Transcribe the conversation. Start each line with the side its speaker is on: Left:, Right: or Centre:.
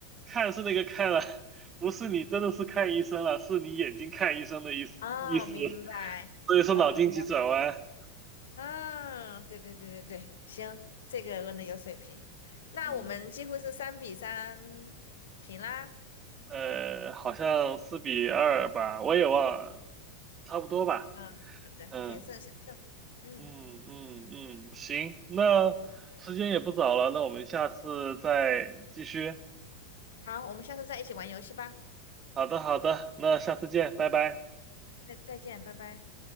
Right: 看是那个看了，<laughs> 不是你真的是看医生了，是你眼睛看医生的意思意思，
Left: 哦，明白，
Right: 所以说脑筋急转弯，
Left: 懂，啊，对对对对对，行，这个问的有水平。那我们几乎是三比三平啦。
Right: 嗯，呃，好像四比二吧，我也忘了，差不多吧，
Left: 嗯，好的，
Right: 嗯
Left: 险胜险胜。嗯，
Right: 嗯嗯嗯，行，那时间也不早了，那我们下次再继续。
Left: 好，我们下次再一起玩游戏吧。
Right: 好的，好的，那下次见，拜拜。
Left: 再再见，拜拜。